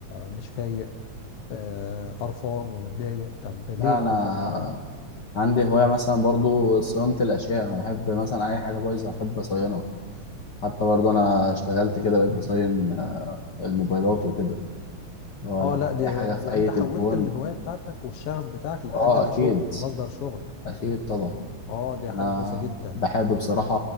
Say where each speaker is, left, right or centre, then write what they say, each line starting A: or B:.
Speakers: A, on the left; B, on the left.
A: مش فايق آه قرفان ومتضايق طب ليه
B: لا
A: بقى
B: انا
A: طب ما
B: عندي هوايه مثلا برضو صيانه الاشياء انا بحب مثلا اي حاجه بايظه احب اصينها حتى برضو انا اشتغلت كده بقيت بصين آه، الموبايلات وكده لو
A: اه
B: لو
A: لا
B: في
A: دي
B: اي حاجه في
A: يعني
B: اي
A: انت
B: تليفون
A: حولت الهواية بتاعتك والشغف بتاعك لحاجة
B: اه
A: لشغل
B: اكيد
A: مصدر شغل
B: اكيد طبعا
A: اه دي
B: انا
A: حاجة كويسة جدا
B: بحب بصراحه